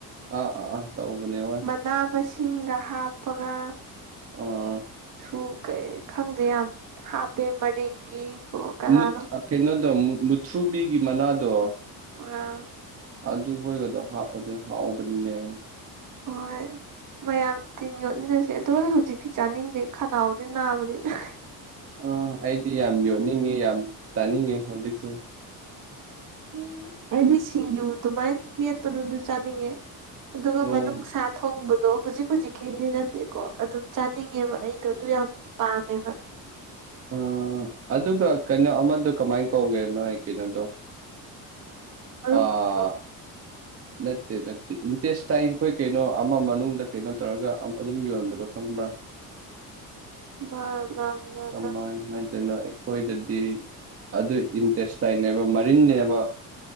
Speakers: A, on the right (about 40°); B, on the right (about 55°).
A: ꯑꯥ ꯑꯥ ꯑꯥ ꯇꯧꯕꯅꯦ ꯍꯣꯏ
B: ꯃꯅꯥ ꯃꯁꯤꯡꯒ ꯍꯥꯞꯄꯒ
A: ꯑꯣ
B: ꯊꯨ ꯀꯩ ꯈꯪꯗꯦ ꯌꯥꯝ ꯍꯥꯞꯄꯦ ꯃꯔꯤꯡꯒꯤ ꯀꯣ ꯀꯅꯥꯅꯣ
A: ꯃꯨꯠ ꯀꯩꯅꯣꯗꯣ ꯃꯨꯊ꯭ꯔꯨꯕꯤꯒꯤ ꯃꯅꯥꯗꯣ
B: ꯑ
A: ꯑꯗꯨ ꯍꯣꯏꯒꯗꯣ ꯍꯥꯞꯄꯗ ꯍꯥꯞꯕꯅꯤꯅꯦ
B: ꯍꯣꯏ ꯃꯌꯥꯝ ꯇꯤꯟ ꯌꯣꯠꯃꯤꯟꯅꯁꯦ ꯑꯗꯣ ꯑꯩ ꯍꯧꯖꯤꯛꯇꯤ ꯆꯥꯅꯤꯡꯗꯦ ꯈꯅꯥꯎꯖꯦ ꯅꯥꯕꯅꯤꯅ
A: ꯑꯥ ꯑꯩꯗꯤ ꯌꯥꯝ ꯌꯣꯟꯅꯤꯡꯉꯤ ꯌꯥꯝ ꯆꯥꯅꯤꯡꯉꯤ ꯍꯧꯖꯤꯛꯁꯦ
B: ꯑꯨꯝ ꯑꯩꯗꯤ ꯁꯤꯡꯖꯨ ꯑꯗꯨꯃꯥꯏꯅ ꯃꯦꯠꯄꯗꯨ ꯑꯗꯨ ꯆꯥꯅꯤꯡꯉꯦ ꯑꯗꯨꯒ
A: ꯎꯝ
B: ꯃꯅꯨꯡꯁ ꯊꯣꯡꯕꯗꯣ ꯍꯧꯖꯤꯛ ꯍꯧꯨꯖꯤꯛꯀꯤꯅꯤ ꯅꯠꯇꯦꯀꯣ ꯑꯗꯨꯝ ꯆꯥꯅꯤꯡꯉꯦꯕ ꯑꯩꯗꯣ ꯑꯗꯨ ꯌꯥꯝ ꯄꯥꯝꯃꯦꯕ
A: ꯑꯥ ꯑꯗꯨꯒ ꯀꯩꯅꯣ ꯑꯃꯗꯣ ꯀꯃꯥꯏꯅ ꯀꯧꯒꯦ ꯅꯣꯏ ꯀꯩꯅꯣꯗꯣ
B: ꯃꯔꯨ
A: ꯑꯥ
B: ꯃꯔꯨꯗꯣ
A: ꯅꯠꯇꯦ ꯅꯠꯇꯦ ꯏꯟꯇꯦꯁ ꯇꯥꯏꯈꯣꯏ ꯀꯩꯅꯣ ꯑꯃ ꯃꯅꯨꯡꯗ ꯀꯩꯅꯣ ꯇꯧꯔꯒ ꯑꯗꯨꯝ ꯌꯣꯟꯕꯗꯣ ꯈꯪꯕ꯭ꯔꯥ
B: ꯃꯥ ꯃꯥ
A: ꯀꯃꯥꯏ
B: ꯃꯥ
A: ꯍꯥꯏꯗꯣꯏꯅꯣ ꯑꯩ ꯑꯩꯈꯣꯏꯗꯗꯤ ꯑꯗꯨ ꯏꯟꯇꯦꯁꯇꯥꯏꯟꯅꯦꯕ ꯃꯔꯤꯟꯅꯦꯕ